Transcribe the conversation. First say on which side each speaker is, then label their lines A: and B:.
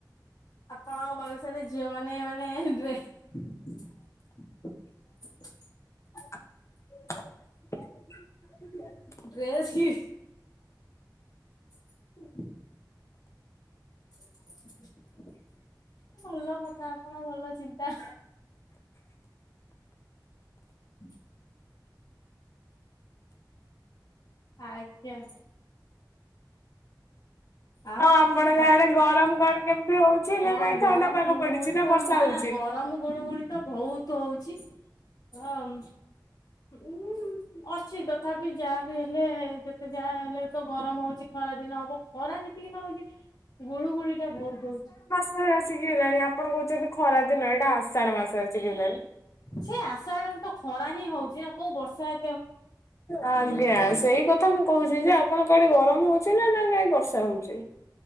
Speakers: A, on the left (about 55°); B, on the left (about 40°).
A: ଆପଣଙ୍କ ବୟସ ରେ, ଝିଅ ମାନେ ମାନେ ଡ୍ରେସ <inaudible>
B: <inaudible>
A: ଡ୍ରେସ କି? <inaudible> <unintelligible> ଭଲ କଥା ଆପଣ ଭଲ ଚିନ୍ତା। <inaudible> ଆଜ୍ଞା। ଆଉ
B: ଆଁ ଆମପଟେ ଗାଁରେ
A: ଆ
B: ଗରମ କଣ କେମତି ହଉଛି।
A: ହଁ
B: ନା ନାଇଁ
A: ଗରମ
B: ଥଣ୍ଡା ପାଗ
A: ଗୁଳୁଗୁଳି
B: ପଡିଛି
A: ତ,
B: ବର୍ଷା
A: ନା
B: ହଉଛି?
A: ନା ଗରମ ଗୁଳୁଗୁଳି ତ ବହୁତ ହଉଛି, ହଁ <unintelligible> ଅଛି, ତଥାପି ଯାହା ବିି ହେଲେ, ଯେତେ ଯାହା ହେଲେ ତ ଗରମ ହଉଛି, ଖରା ଦିନ ହବ। ଖରା ଯେତିକି ନଉଛି
B: <inaudible>
A: ଗୁଳୁ ଗୁଳି ଟା ବହୁତ ହଉଛି।
B: ଆ ଆସିକି ହେଲାଣି ଆପଣ କହୁଛନ୍ତି ଖରା ଦିନ, ଏଇଟା ଆଷାଢ ମାସ ଆସିକି ହେଲାଣି।
A: ସେ ଆସାଢଡା ତ ଖରା ହିଁ ହଉଛି, କୋଉ ବର୍ଷା ହେ
B: ଆଜ୍ଞା। ସେଇ କଥା ମୁଁ କହୁଛି ଯେ, ଆପଣ କଆଡେ ଗରମ ହଉଛି, ନା ନା ନାଇଁ ବର୍ଷା ହଉଛି?